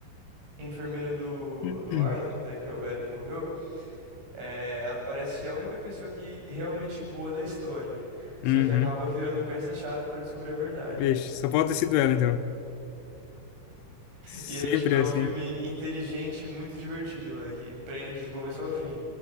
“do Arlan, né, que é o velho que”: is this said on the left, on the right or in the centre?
Right